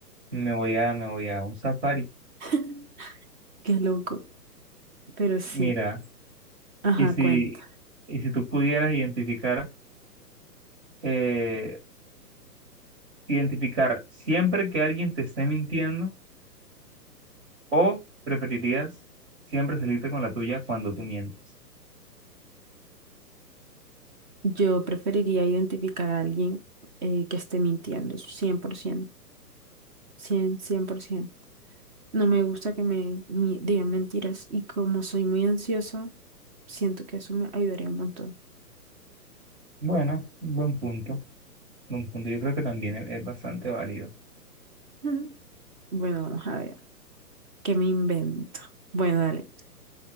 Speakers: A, on the right; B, on the right.
A: me voy a, me voy a un safari.
B: <laughs> Qué loco. Pero sí.
A: Mira,
B: Ajá,
A: y si,
B: cuenta.
A: y si tú pudieras identificar, eh, identificar siempre que alguien te esté mintiendo, o preferirías siempre salirte con la tuya cuando tú mientes.
B: Yo preferiría identificar a alguien eh, que esté mintiendo, cien cien por ciento, cien cien por 100%. No me gusta que me mi- digan mentiras y como soy muy ansiosa, siento que eso me ayudaría un montón.
A: Bueno, buen punto, buen punto. Yo creo que también es es bastante válido.
B: Ujú. Bueno, vamos a ver, ¿qué me invento? Bueno, dale.